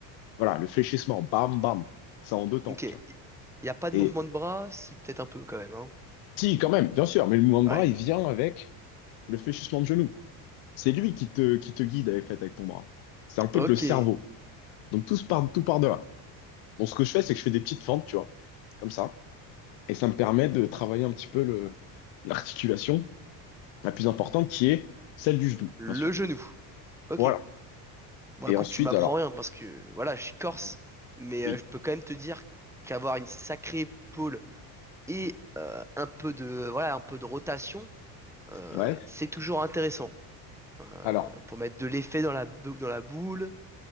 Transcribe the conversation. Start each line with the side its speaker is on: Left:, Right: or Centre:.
Left: Voilà, le fléchissement, bam, bam, ça en deux temps,
Centre: Ok.
Left: tu vois.
Centre: Y a pas de
Left: Et
Centre: mouvement de bras? Si, peut-être un peu quand même, hein.
Left: si, quand même, bien sûr, mais le mouvement de
Centre: Ouais.
Left: bras, il vient avec le fléchissement de genou. C'est lui qui te, qui te guide avec, fait, avec ton bras. C'est un peu
Centre: Ok.
Left: le cerveau. Donc tout se part, tout part de là. Bon, ce que je fais, c'est que je fais des petites fentes, tu vois, comme ça. Et ça me permet de travailler un petit peu le, l'articulation la plus importante qui est celle du genou,
Centre: Le
Left: bien sûr.
Centre: genou. Ok.
Left: Voilà.
Centre: Bon,
Left: Et
Centre: écoute,
Left: ensuite,
Centre: tu m'apprends
Left: alors,
Centre: rien parce que voilà, je suis corse,
Left: oui,
Centre: mais
Left: oui,
Centre: euh, je peux quand même te dire qu'avoir une sacrée épaule et euh, un peu de voilà, un peu de rotation, euh,
Left: ouais.
Centre: c'est toujours intéressant euh,
Left: Alors,
Centre: pour mettre de l'effet dans la bou- dans la boule,